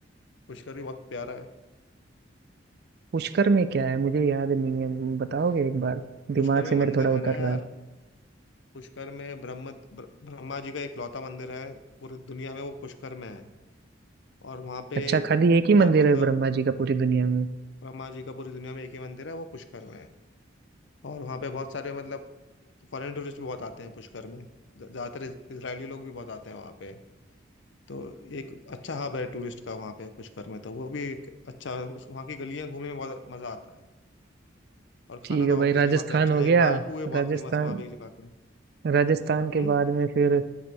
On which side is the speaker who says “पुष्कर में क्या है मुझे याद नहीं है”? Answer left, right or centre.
Right